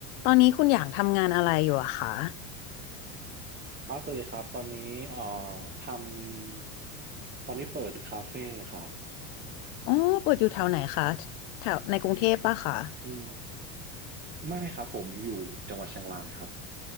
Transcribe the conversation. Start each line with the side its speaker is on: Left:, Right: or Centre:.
Left: ตอนนี้คุณอย่างทำงานอะไรอยู่อะคะ
Right: ครับสวัสดีครับตอนนี้เอ่อทำตอนนี้เปิดคาเฟ่ครับ
Left: อ๋อเปิดอยู่แถวไหนคะแถวในกรุงเทพปะคะ
Right: อืมไม่ครับผมอยู่จังหวัดเชียงรายครับ